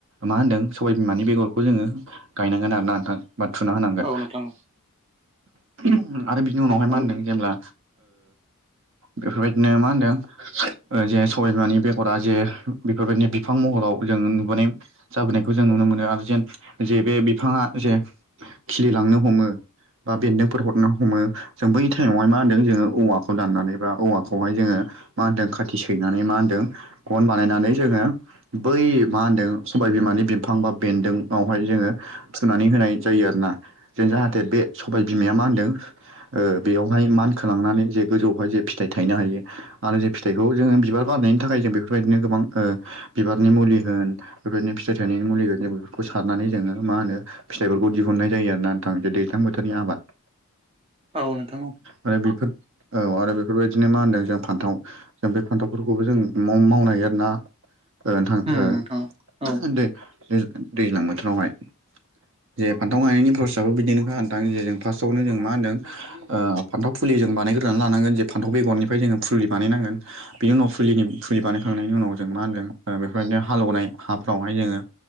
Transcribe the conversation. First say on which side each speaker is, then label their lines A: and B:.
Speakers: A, on the right (about 60°); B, on the right (about 25°).
A: मा होनदों सबाय बिमानि बेगर खौ जोङो गायनांगोन आरो नोंथां बा थुना होनांगोन।
B: औ नोंथां
A: आरो बिनि उनावहाय
B: आरो
A: मा होनदों जेब्ला बेफोरबायदिनो मा होनदों जे सबाय बिमानि बेगरा जे बेफोरबायदिनो बिफां महराव जों नुबाय जाबोनायखौ जों नुनो मोनो आरो जेन जे बे बिफाङा जे खिलिलांनो हमो। बा बेन्दोंफोर हरनो हमो जों बै टाइमावहाय मा होनदों जोङो औवाखौ दाननानै बा औवाखौहाय जोङो मा होनदों खाथि सैनानै मा होनदों गन बानायनानै जोङो बै मा होनदों <unintelligible> बिफां बा बेन्दों उनावहाय जोङो फुनानै होनाय जायो आरोना जेन जाहाथे बे सबाय बिमाया मा होनदों बेयावहाय मानखोलांनानै जे गोजौआवहाय जे फिथाइ थायनो हायो आरो जे फिथाइखौ जों बिबार बार थाखाय जों बेफोरबायदिनो गोबां बिबारनि मुलि होन बेबायदिनो फिथाइ थाइनायनि मुलि होन जों बे खौ सारनानै जोङो मा होनो फिथाइफोरखौ दिहुननाय जायो आरोना नोंथां जे दैज्लां बोथोरनि आबाद।
B: औ नोंथां औ।
A: आरो बेफोर औ आरो बेफोरबायदिनो मा होनदों जों फान्थाव जों बे फान्थावफोरखौबो जों माव-मावनो हायो आरोना नोंथां
B: उम औ
A: <unintelligible> दे दैज्लां बोथोरावहाय। जे फान्थाव गायनायनि प्रसेसाबबो बिदिनो नोंथां जे जों फास्टआवनो जों मा होनदों फान्थाव फुलि जों बानायग्रोनानै लानांगोन जे फान्थाव बेगरनिफ्राय जोङो फुलि बानायनांगोन बिनि उनाव फुलिनि फुलि बानाय खांनायनि उनाव जों मा होनगोन बेफोरबायदिनो हालेवनाय हाफोरावहाय जोङो